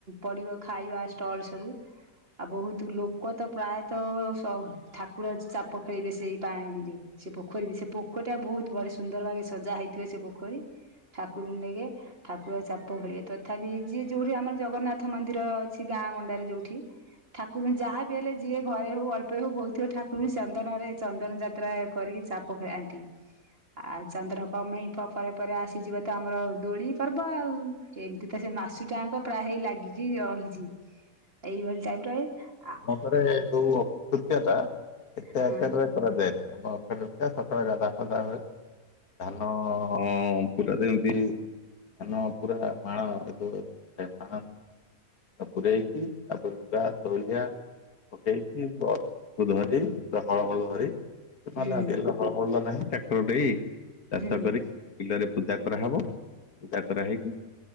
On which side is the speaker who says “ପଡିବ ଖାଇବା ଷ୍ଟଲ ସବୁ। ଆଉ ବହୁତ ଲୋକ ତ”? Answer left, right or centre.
Right